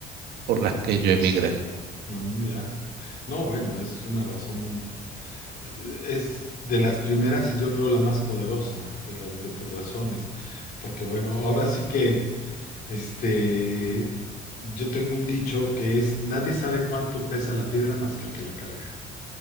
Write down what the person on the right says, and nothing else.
por las que yo emigré.